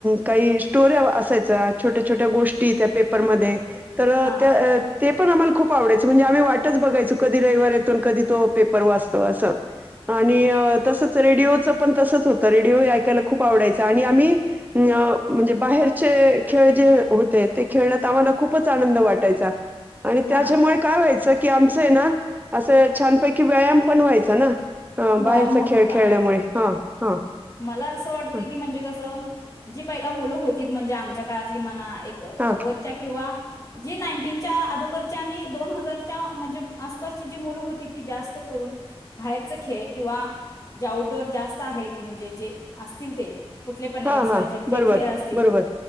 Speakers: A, on the right; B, on the left.
A: काही स्टोरी असायचा छोट्या छोट्या गोष्टी त्या पेपरमध्ये तर
B: हा
A: त्या ते पण आम्हाला खूप आवडायचं म्हणजे आम्ही वाटच बघायचो कधी रविवार येतय ते कधी तो पेपर वाचतो, असं. <unintelligible> आणि तसच रेडिओ च पण तसच होत. रेडिओ ऐकायला खूप आवडायचा आणि आम्ही म्हणजे बाहेरचे खेळ जे होते ते खेळण्यात आम्हाला खूपच आनंद वाटायचा. आणि
B: हा
A: त्याच्यामुळे काय व्हायचं? की आमचय ना, असं छानपैकी व्यायाम पण व्हायचा ना. अ, बाहेरचा
B: व्यायाम होत
A: खेळ
B: होता.
A: खेळल्यामुळे. हां, हां,
B: मला असं वाटते
A: हां,
B: की म्हणजे कस, जी पहिला मुलं होतीत म्हणजे आमच्या <unintelligible> एक नव्वदच्या
A: हां,
B: किंवा जी नाईटीनच्या अगोदरची आणि दोन हजारच्या म्हणजे आसपासची जी मुलं होती ती जास्त करून बाहेरच ख खेळ किंवा जे आउटडोअर जास्त आहेत, म्हणजे जे असतील ते. कुठले पण एक्स
A: हां,
B: वाय
A: हां.
B: झेड, जे
A: बरोबर,
B: खेळ असतील
A: बरोबर.